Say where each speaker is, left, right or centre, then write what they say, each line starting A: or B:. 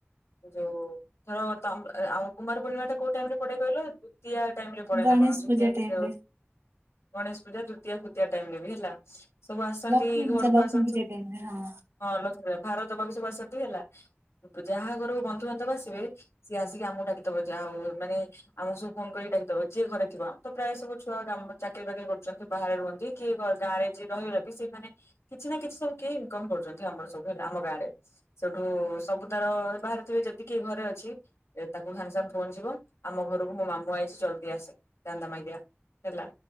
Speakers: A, on the left; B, on the right.
A: ଯୋଉ ଧର ତମ ଆଉ କୁମାର ପୂର୍ଣିମା ଟା କୋଉ ଟାଇମ ରେ ପଡେ କହିଲ? ଦ୍ୱତୀୟା ଟାଇମରେ ପଡେ
B: ଗଣେଶ
A: ନା କଣ ଦ୍ୱୀତୀୟା
B: ପୂଜା ଟାଇମ୍ ରେ
A: <unintelligible> ଗଣେଶ ପୂଜା ଦୃତୀୟ ଫ୍ରୁତୀଆ ଟାଇମ ରେ ବି ହେଲା ସବୁ ଆସନ୍ତି
B: ଲକ୍ଷ୍ମୀ
A: ଘରକୁ
B: ପୂଜା ଲକ୍ଷ୍ମୀ
A: ଆସନ୍ତି
B: ପୂଜା
A: ସବୁ
B: ଟାଇମ୍ ରେ ହଁ।
A: ହଁ ଲକ୍ଷ୍ମୀ ପୂଜା। ଭାରତ ବାକୁସ ବସନ୍ତି ହେଲା ଯାହା ଘରକୁ ବନ୍ଧୁବାନ୍ଧବ ଆସିବେ ସିଏ ଆସିକି ଆମକୁ ଡାକିଦବ ଯାହା ହଉ ମାନେ ଆମକୁ ସବୁ ଫୋନ କରିକି ଡାକିଦବ ଯିଏ ଘରେ ଥିବ ଆମ ତ ପ୍ରାୟ ସବୁ ଛୁଆ ଚାକିରୀ ବାକିରି କରୁଛନ୍ତି ବାହାରେ ରୁହନ୍ତି କିଏ ଗାଁରେ ଯିଏ ରହିଲ ବି ସେମାନେ କିଛି ନା କିଛି ସବୁ କେହି ଇନକମ୍ କରୁଛନ୍ତି ଆମର ସବୁ ହେଲା ଆମ ଗାଁରେ ସେଠୁ ସବୁ ତାର ବାହାରେ ଥିବେ ଯେତିକି ଘରେ ତାକୁ ସାଙ୍ଗେ ସାଙ୍ଗ ଫୋନ ଯିବ ଆମ ଘରକୁ ମୋ ମାମୁଁ ଆଇଛି ଜଲଦି ଆସେ ଚାନ୍ଦା ମାଗିଆ। ହେଲା